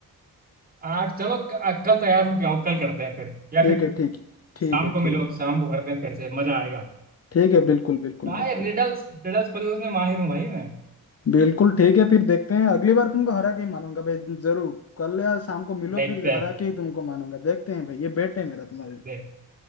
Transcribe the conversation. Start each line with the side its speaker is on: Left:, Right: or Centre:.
Right: आठ चलो क- कल तैयार हो के आओ कल करते हैं फिर या
Left: ठीक
Right: फिर
Left: है ठीक है ठीक
Right: शाम
Left: है
Right: को मिलो
Left: ठीक है
Right: शाम को करते हैं फिर से मजा आएगा
Left: ठीक है बिल्कुल बिल्कुल
Right: भाई
Left: बिल्कुल
Right: रिडल्स रिडल्स पजल्स में माहिर हूँ भाई मैं
Left: बिल्कुल ठीक है फिर देखते हैं अगली बार तुमको हरा के ही मानूंगा भाई जरूर कल या शाम को मिलो
Right: देखते
Left: फिर
Right: हैं
Left: हरा के ही तुमको मानूंगा देखते हैं भाई ये बेट है मेरा तुम्हारे लिए
Right: देख